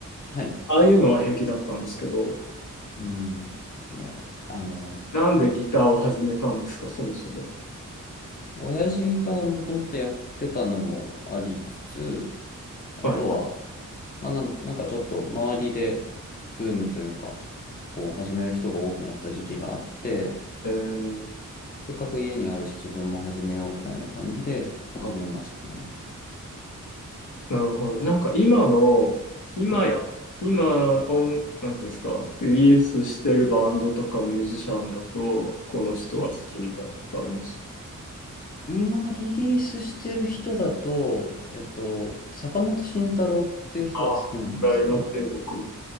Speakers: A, on the left; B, on the left.
A: はい。
B: ああいうのは平気だったんですけど、
A: うん。いや、あの、
B: な、なんでギターを始めたんですか、そもそも。
A: 親父がもともとやってたのもありつつ、あとは、
B: は
A: まあ、なんなんかちょっと周りでブームというか、こう始める人が多くなった時期があって、
B: い。えー、
A: せっかく家にあるし自分も始めようくらいの感じで始めましたね。
B: あ、なるほど。なんか今の、今や、
A: うん。
B: 今音、なんていうんですか、リリースしてるバンドとかミュージシャンだと、この人が好きみたいなことあります。
A: はい。今リリースしてる人だと、えっと、坂本慎太郎っていう人が好きなんですけど、
B: ああ、プライバ帝国。